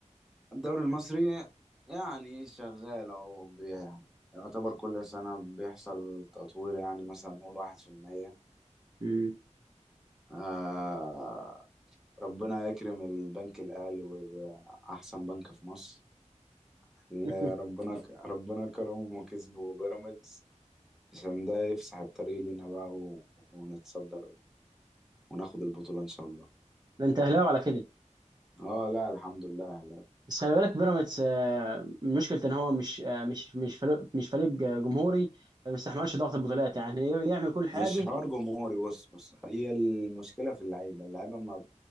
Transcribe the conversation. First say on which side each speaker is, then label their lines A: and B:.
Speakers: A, in the centre; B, on the right.
A: الدوري المصري يعني شغال اهو بي- يعني يعتبر كل سنة بيحصل تطوير يعني مثلا نقول واحد في المية
B: امم
A: آه ربنا يكرم البنك الأهلي ويبقى أحسن بنك في مصر اللي
B: <laughs>
A: ربنا ك... ربنا كرمهم وكسبوا بيراميدز عشان ده يفسح الطريق لينا بقى و... ونتصدر وناخد البطولة إن شاء الله
B: ده انت اهلاوي على كده
A: اه لا الحمد لله
B: بس خلي بالك بيراميدز آه، مشكلته ان هو مش آه، مش مش فريق مش فريق آه، جمهوري ما بيستحملش ضغط البطولات يعني يعمل كل حاجه
A: مش حوار جمهوري بص بص هي المشكلة في اللعيبة اللعيبة ما ب-